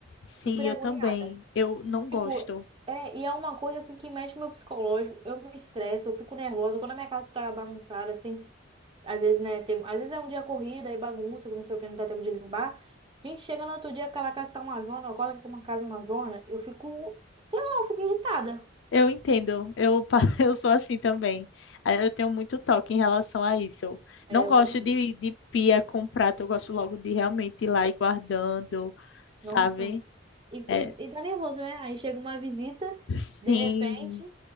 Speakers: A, on the left; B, on the right.
A: sim,
B: super
A: eu
B: agoniada.
A: também. Eu não gosto.
B: Tipo, é, e é uma coisa assim que mexe com o meu psicológico. Eu me estresso, eu fico nervosa. Quando a minha casa tá bagunçada, assim, às vezes, né, tem, às vezes é um dia corrida e bagunça, que não sei o que, não dá tempo de limpar. A gente chega no outro dia, aquela casa tá uma zona, eu acordo com uma casa uma zona, eu fico, sei lá, eu fico irritada.
A: Eu entendo, eu, pa- <laughs> eu sou assim também. Ah, Eu tenho muito toque em relação a isso. Eu
B: É,
A: não
B: eu
A: gosto
B: também.
A: de, de pia com prato, eu gosto logo de realmente ir lá
B: É.
A: e guardando,
B: Nossa.
A: sabe?
B: E, e,
A: É,
B: e dá nervoso, né? Aí chega uma visita,
A: sim,
B: de repente,